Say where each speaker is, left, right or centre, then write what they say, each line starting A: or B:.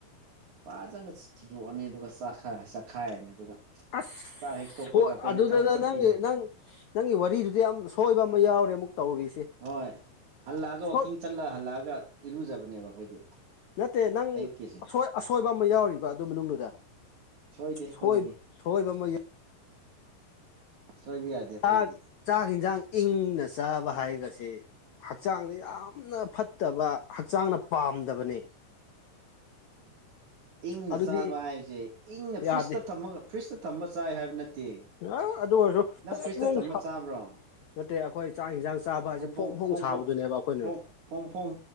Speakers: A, on the right; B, on the left.
A: ꯐꯖꯅ ꯊꯤꯗꯣꯛꯑꯅꯤ ꯑꯗꯨꯒ ꯆꯥꯛꯈꯔ ꯆꯥꯛꯈꯥꯏꯔꯅꯤ ꯑꯗꯨꯒ
B: ꯑꯁ
A: ꯆꯥꯛ ꯍꯦꯛ ꯇꯣꯛꯄꯒ
B: ꯍ
A: ꯑꯩꯈꯣꯏꯗꯤ
B: ꯑꯗꯨꯗꯨꯅ
A: ꯊꯕꯛ ꯆꯠꯄꯤꯅꯦ
B: ꯅꯪ ꯅꯪ ꯅꯪꯒꯤ ꯋꯥꯔꯤꯗꯨꯗꯤ ꯌꯥꯝ ꯁꯣꯏꯕ ꯑꯃ ꯌꯥꯎꯔꯦ ꯑꯃꯨꯛ ꯇꯧꯔꯤꯁꯦ
A: ꯍꯣꯏ ꯍꯜꯂꯛꯑꯒ
B: ꯁꯣꯏ
A: ꯋꯥꯛꯀꯤꯡ ꯆꯠꯂ ꯍꯜꯂꯛꯑꯒ ꯏꯔꯨꯖꯕꯅꯦꯕ ꯑꯩꯈꯣꯏꯗꯤ
B: ꯅꯠꯇꯦ ꯅꯪ
A: ꯑꯌꯨꯛꯀꯤꯁꯦ
B: ꯑꯁꯣꯏꯕ ꯑꯃ ꯌꯥꯎꯔꯤꯕ ꯑꯗꯨ ꯃꯅꯨꯡꯗꯨꯗ
A: ꯁꯣꯏꯗꯦ ꯑꯩꯈꯣꯏꯒꯤꯗꯤ
B: ꯁꯣꯏ ꯁꯣꯏꯕꯃꯩ
A: ꯁꯣꯏꯕ ꯌꯥꯗꯦ ꯑꯩꯈꯣꯏꯒꯤꯗꯤ
B: ꯆꯥꯛ ꯆꯥꯛ ꯌꯦꯟꯁꯥꯡ ꯏꯪꯅ ꯆꯥꯕ ꯍꯥꯏꯒꯁꯦ ꯍꯛꯆꯥꯡꯗ ꯌꯥꯝꯅ ꯐꯠꯇꯕ ꯍꯛꯆꯥꯡꯅ ꯄꯥꯝꯗꯕꯅꯤ
A: ꯏꯪꯅ
B: ꯑꯗꯨꯗꯤ
A: ꯆꯥꯕ ꯍꯥꯏꯕꯁꯦ ꯏꯪꯅ
B: ꯌꯥꯗꯦ
A: ꯐ꯭ꯔꯤꯖꯇ ꯊꯝꯃꯒ ꯐ꯭ꯔꯤꯖꯇ ꯊꯝꯕ ꯆꯥꯏ ꯍꯥꯏꯕ ꯅꯠꯇꯦ ꯅꯠꯇꯦ
B: ꯑ ꯑꯗꯨ ꯑꯣꯏꯔꯁꯨ
A: ꯅꯪ
B: ꯐꯣꯡ
A: ꯐ꯭ꯔꯤꯖꯇ
B: ꯐꯣꯡ
A: ꯊꯝꯕ
B: ꯁꯥ
A: ꯆꯥꯕ꯭ꯔꯣ
B: ꯅꯠꯇꯦ ꯑꯩꯈꯣꯏ ꯆꯥꯛ ꯌꯦꯟꯁꯥꯡ ꯆꯥꯕ ꯍꯥꯏꯁꯦ
A: ꯐ ꯐ
B: ꯐꯣꯡ ꯐꯣꯡ
A: ꯐꯨꯡ
B: ꯁꯥꯕꯗꯨꯅꯦꯕ
A: ꯐ
B: ꯑꯩꯈꯣꯏꯅ
A: ꯐ ꯐꯣꯡ ꯐꯣꯡ